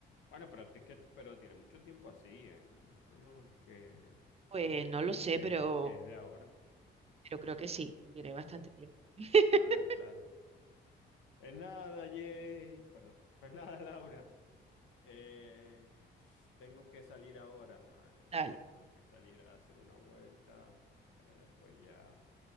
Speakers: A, on the left; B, on the right.
A: Bueno, pero es que, pero tiene mucho tiempo así, ¿eh? Eso no es que,
B: Pues no lo sé,
A: que,
B: pero,
A: es que es de ahora.
B: pero creo que sí, tiene bastante tiempo. <laughs>
A: Claro, claro. Es nada, Jay. Perdón. <laughs> Pues nada, Laura. Eh, tengo que salir ahora, madre mía.
B: Dale,
A: Tengo que salir a hacer una vuelta para después ya